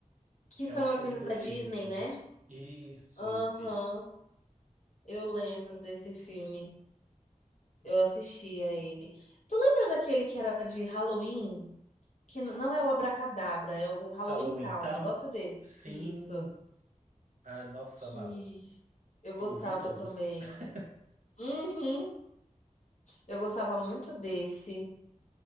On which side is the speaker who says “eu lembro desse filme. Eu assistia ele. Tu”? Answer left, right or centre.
Left